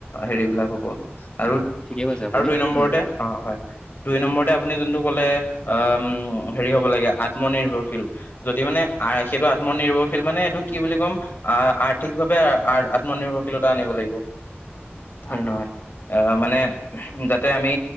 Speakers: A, on the left (about 55°); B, on the left (about 20°).
A: হেৰিবলাক আৰু
B: কি কৈছে আপুনি
A: নম্বৰ
B: উম
A: অ হয় দুই নম্বৰ আপুনি যোনটো কলে উ হেৰি হ'ব লাগে আত্মনিৰ্ভৰশীল যদি মানে সেইটো আত্মনিৰ্ভৰশীল মানে এইটো কি বুলি ক'ম আৰ ভাৱে আত্মনিৰ্ভৰশীলতা আনিব লাগিব হয় নহয়।। অঁ মানে যাতে আমি